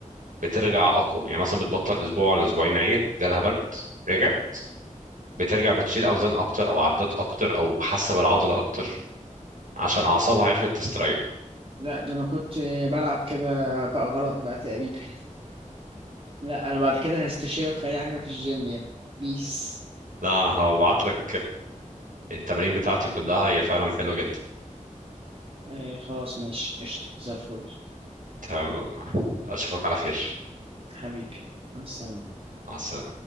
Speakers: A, on the right; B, on the right.
A: بترجع اقوى يعني مثلا بتبطل اسبوع ولا اسبوعين عيت جالها برد رجعت بترجع بتشيل اوزان اكتر او عدات اكتر او حاسه بالعضله اكتر عشان اعصابها عرفت تستريح
B: لا ده انا كنت بلعب كده بقى غلط بقى تقريبا لا انا بعد كده هستشيرك في اي حاجة في الجيم يعني بيس
A: لا انا هبعت لك التمارين بتاعتي كلها هي فعلا حلوة جدا
B: آه خلاص ماشي قشطة زي الفل
A: تمام اشوفك على خير
B: حبيبي مع السلامة
A: مع السلامة